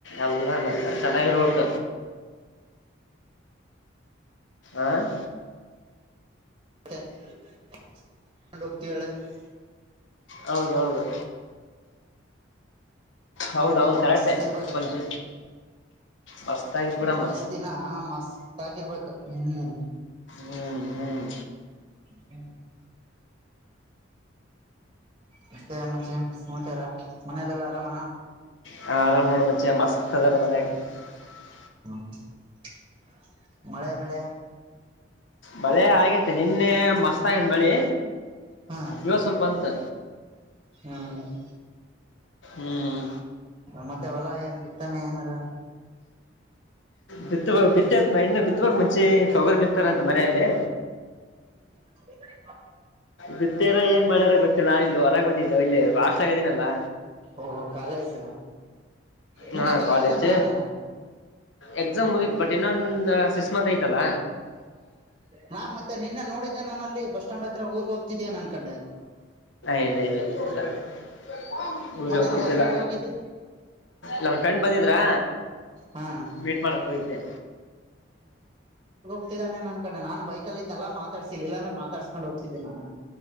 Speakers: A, on the left (about 70°); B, on the right (about 25°).
A: ಎಲ್ಲ ಮತ್ತ ಚೆನ್ನಾಗಿರ್ಬೇಕ ಆ <unintelligible>
B: ಮತ್ತೆಂಡತಿಳ <unintelligible>
A: ಹೌದೌದು ಹೌದೌದು
B: ಆಯ್ತಾ ಮಸ್ತ್
A: ಕರೆಕ್ಟೆ
B: ಇರ್ಬೇಕತ್ತಗ
A: ಒಂದ್ ಮಸ್ತ್ ಆಗಿದ್ ಬಿಡಮ್ಮ
B: ಇರೋಷ್ಟ ದಿನ ಮಸ್ತ್ ಆಗಿರ್ಬೇಕು ಹ್ಮ್
A: ಹ್ಮ್ ಹ್ಮ್
B: ಹ್ಮ್ಮ ಮತ್ತೆ ಮಚ್ಚಾ ಏನ್ ಸಮಾಚಾರ ಮನೇಲೆಲ್ಲ ಆರಾಮ
A: ಹಾ ಆರಾಮ <unintelligible> ಜಮ್ಮಸ್ ಅದರ ಮನೆಗ <unintelligible>
B: <unintelligible> ಮಳೆ ಬೆಳೆ
A: ಮಳೆ ಆಗೇತೆ ನಿನ್ನೆ ಮಸ್ತ್ ಆಗನ ಮಳಿ
B: ಹ್ಮ್
A: ಇವ ಸ್ವಲ್ಪ ಬಂತು
B: ಹ್ಮ್
A: ಹ್ಮ್ ಹ್ಮ
B: ಮತ್ತೆ ಹೊಲ ಏನ್ ಬಿತ್ತಾನೆ ಏನಾರ
A: ಬಿತ್ತ- ಬಿತ್ತದ ಇನ್ನು ಬಿತ್ತುವಕ್ ಮುಂಚೆ ತೊಗರ್ ಬಿತ್ತಾರಂತ ಮನೆಯಲ್ಲಿ
B: <unintelligible> ಹಾ
A: ಗತ್ತೇರ ಏನ್ ಮಾಡ್ಯಾರ ಗೊತ್ತಿಲ್ಲಾ ಇಲ್ಲಿ ಹೊರಗೆ ಬಂದಿದ್ದ ಇಲ್ಲಿ ಫಾಸ್ಟ್ ಆಗದೇನಲ್ಲಾ
B: ಓಹೋ ಕಾಲೇಜ್ ಮುಗೀತಲ್ಲ
A: ಹಾ ಕಾಲೇಜ್
B: ಎಕ್ಸಾಮ್ ಆಗ್ಲ
A: ಎಕ್ಸಾಮ್ ಮುಗಿತ್ ಬಟ್ ಇನ್ನೊಂದ ಸಿಸ್ ಮಂತ್ ಐತಲ್ಲ
B: ನಾ ಮತ್ತೆ ನಿನ್ನ ನೋಡಿದ್ದೆ ನಾನು ಅಲ್ಲಿ ಬಸ್ ಸ್ಟ್ಯಾಂಡ್ ಹತ್ರ ಊರ್ಗ್ ಹೋಗ್ತಿದ್ಯನ್ ಅನ್ಕೊಂಡೆ
A: ಇಲ್ಲ- ಇಲ್ಲ -ಇಲ್ಲ- ಇಲ್ಲ <unintelligible>
B: ಮತ್ತ
A: ಜಲ-
B: ಅಲ್ಲಿ ಬಸ್
A: ಜಲ್ಲ
B: ಸ್ಟ್ಯಾಂಡ್ ಹೋಗಿದ್ದು
A: ನಮ್ಮ ಫ್ರೆಂಡ್ ಬಂದಿದ್ರಾ
B: ಹಾ
A: ಮೀಟ್ ಮಾಡಕ್ ಹೋಗಿದ್ದೆ
B: <unintelligible> ತಾನೆ ನ ಅನ್ಕಂಡ ನನ್ ಬೈಕಲಿ ಇದ್ನಲ ಮಾತಾಡ್ಸಿಲ್ ಇಲಂದ್ರೆ ಮಾತಾಡ್ <unintelligible> ಕೊಂಡು ಹೋಗ್ತಿದ್ದೆ ನಾನ